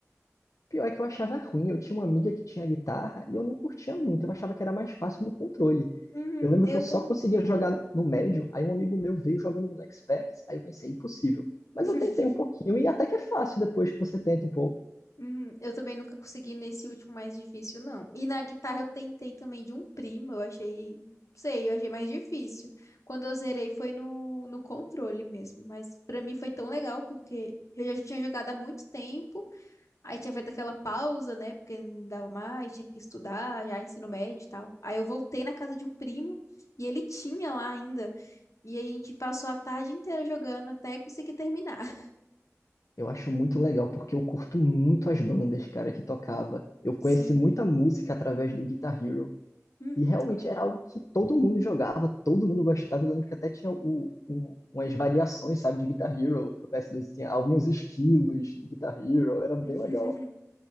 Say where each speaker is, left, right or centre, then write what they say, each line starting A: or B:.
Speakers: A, on the left (about 80°); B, on the left (about 70°).
A: Pior é que eu achava ruim. Eu tinha uma amiga que tinha guitarra e eu não curtia muito. Eu achava que era mais fácil no controle.
B: Uhum,
A: Eu lembro
B: eu
A: que eu
B: também.
A: só conseguia jogar no médio, aí um amigo meu veio jogando no expert, aí eu pensei, impossível. Mas
B: <laughs>
A: eu tentei um pouquinho e até que é fácil depois que você tenta um pouco.
B: Uhum, Eu também nunca consegui nesse último mais difícil, não. E na guitarra eu tentei também de um primo, eu achei, sei, eu achei mais difícil. Quando eu zerei foi no, no controle mesmo, mas pra mim foi tão legal porque eu já tinha jogado há muito tempo, aí tinha feito aquela pausa, né, porque não dava mais, tinha que estudar, já ensino médio e tal. Aí eu voltei na casa de um primo e ele tinha lá ainda, e aí a gente passou a tarde inteira jogando até conseguir terminar. <laughs>
A: Eu acho muito legal porque eu curto muito as bandas, cara, que tocava. Eu conheci
B: Sim.
A: muita música através do Guitar Hero.
B: Hum,
A: E realmente
B: eu também.
A: era algo que todo mundo jogava, todo mundo gostava. Eu lembro que até tinha o, o- umas variações, sabe, de Guitar Hero pro PS2. Tinha alguns estilos de Guitar Hero, era bem
B: <laughs>
A: legal.